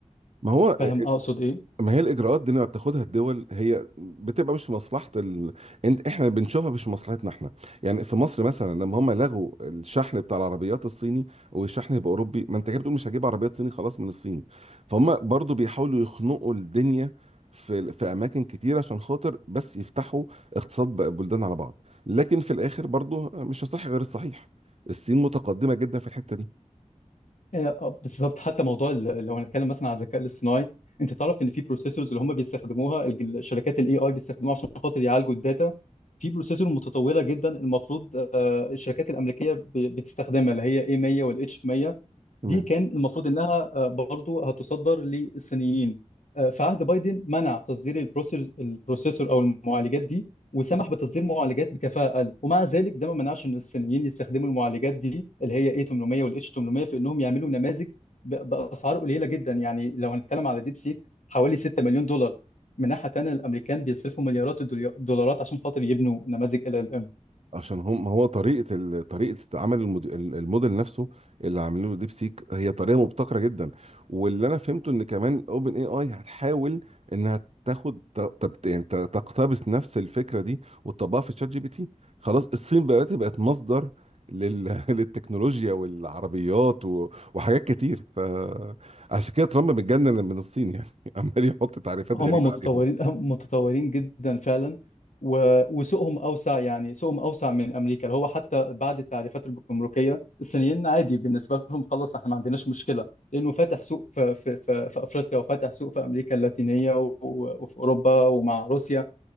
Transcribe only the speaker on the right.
ما هو
ما هي الاجراءات دي اللي بتاخدها الدول هي بتبقى مش في مصلحه ال... انت احنا بنشوفها مش في مصلحتنا احنا يعني في مصر مثلا لما هم لغوا الشحن بتاع العربيات الصيني والشحن يبقى اوروبي ما انت كده بتقول مش هجيب عربيات صيني خلاص من الصين فهم برضو بيحاولوا يخنقوا الدنيا في في اماكن كتير عشان خاطر بس يفتحوا اقتصاد بقى البلدان على بعض لكن في الاخر برضو مش هصح غير الصحيح الصين متقدمه جدا في الحته دي
تمام
عشان هم ما هو طريقه ال... طريقه عمل المود... ال- الموديل نفسه اللي عاملينه ديب سيك هي طريقه مبتكره جدا واللي انا فهمته ان كمان اوبن اي اي هتحاول انها تاخد ت- تبت... يعني ت- تقتبس نفس الفكره دي وتطبقها في شات جي بي تي خلاص الصين بقت بقت مصدر لل... <laughs> للتكنولوجيا والعربيات و... وحاجات كتير فعشان كده ترامب متجنن من الصين يعني <laughs> عمال يحط تعريفات
غريبه
عليهم